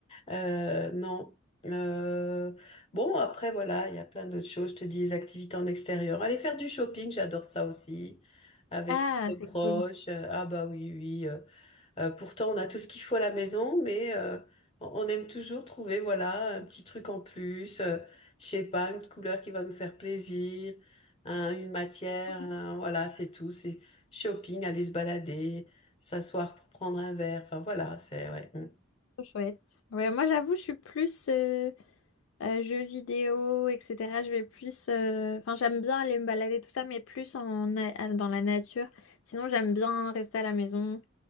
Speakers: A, on the left (about 30°); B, on the left (about 75°).
A: Euh, non. Euh, bon, après, voilà, il y a plein d'autres choses. Je te dis, les activités en extérieur. Aller faire du shopping, j'adore ça aussi. Avec
B: Ah,
A: ses
B: c'est
A: proches.
B: cool.
A: Euh, ah bah oui, oui. euh, euh, pourtant, on a tout ce qu'il faut à la maison, mais euh, on on aime toujours trouver, voilà, un petit truc en plus. euh, je sais pas, une couleur qui va nous faire plaisir, hein, une matière.
B: Mhm.
A: hein, voilà, c'est tout. C'est shopping, aller se balader, s'asseoir pour prendre un verre. Enfin, voilà, c'est... Ouais. mm.
B: Trop chouette. Ouais, moi j'avoue, je suis plus euh, euh, jeux vidéo, etc. Je vais plus. euh, Enfin, j'aime bien aller me balader, tout ça, mais plus en, na- à- dans la nature. Sinon, j'aime bien rester à la maison